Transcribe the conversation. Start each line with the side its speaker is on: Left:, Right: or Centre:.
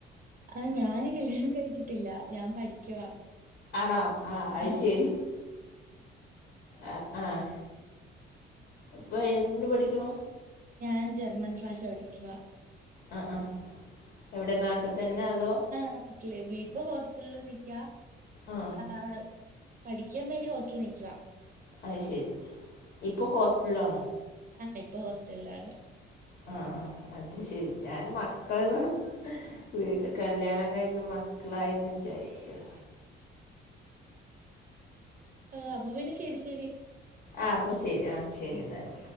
Right: ആഹ് ഞാന് കല്യാണം കഴിച്ചിട്ടില്ല ഞാൻ പഠിക്കുവാ
Left: ആണോ ആഹ അത്
Right: ആഹ്
Left: ശരി ആഹ് ആഹ് ഇപ്പൊ എന്തിന് പഠിക്കണു
Right: ഞാൻ ജർമ്മൻ ഭാഷ പഠിക്കുവാ
Left: ആഹ് ആഹ് എവിടെ നാട്ടിൽ തന്നെ അതോ
Right: ആനാട്ടില് ഇപ്പൊ ഹോസ്റ്റലില് നിക്കാ
Left: ആ
Right: ആഹ് പഠിക്കാൻ വേണ്ടി ഹോസ്റ്റലിൽ നിക്കുവാ
Left: അത്ശരി ഇപ്പൊ ഹോസ്റ്റലിലാണോ
Right: അല്ല ഇപ്പൊ ഹോസ്റ്റലിലാണ്
Left: ആഹ് ആഹ് അത് ശരി ഞാൻ മക്കളെന്ന് വീട്ട് കല്യാണം കഴിഞ്ഞു മക്കളായിന്ന് വിചാരിച്ചു
Right: ആ അപ്പൊ പിന്നെ ശരി ശരി
Left: ആ അപ്പൊ ശരി ആ ശരി
Right: ഉം
Left: എന്നാല്
Right: ഉം